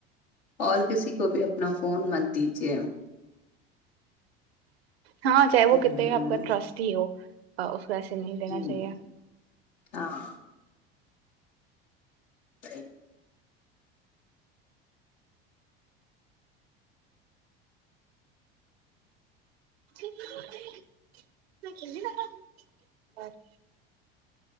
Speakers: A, on the left; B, on the right.
A: اور کسی کو بھی اپنا فون مت دیجیے
B: ہاں چاہے وہ
A: ہ
B: کتتے بھی آپ کا ٹرسٹ ہی ہو اس کو ایسے نہیں دینا
A: ہ
B: چاہیے
A: ہاں ج
B: <inaudible>